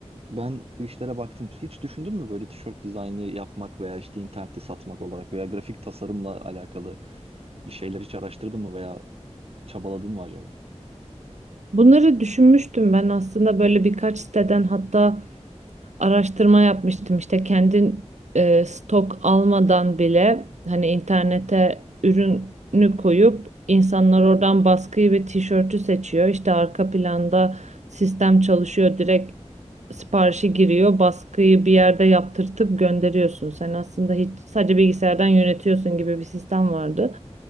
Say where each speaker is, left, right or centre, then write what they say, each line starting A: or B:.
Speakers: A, on the right (about 60°); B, on the right (about 80°).
A: ben bu işlere baktım. Hiç düşündün mü böyle tişört dizaynı yapmak veya işte internette satmak olarak veya grafik tasarımla alakalı bir şeyler hiç araştırdın mı veya çabaladın mı acaba?
B: Bunları düşünmüştüm ben aslında böyle birkaç siteden hatta araştırma yapmıştım işte kendin e, stok almadan bile hani internete ürünü koyup insanlar oradan baskıyı ve tişörtü seçiyor. İşte arka planda sistem çalışıyor direkt siparişi giriyor baskıyı bir yerde yaptırtıp gönderiyorsun. Sen aslında hiç sadece bilgisayardan yönetiyorsun gibi bir sistem vardı.